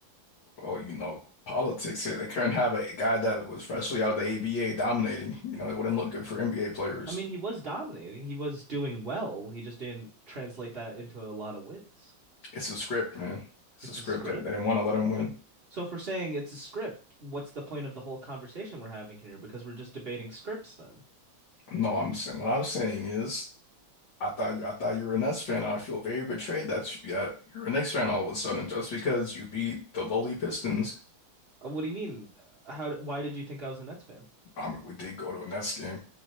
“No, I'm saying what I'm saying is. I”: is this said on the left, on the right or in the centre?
Left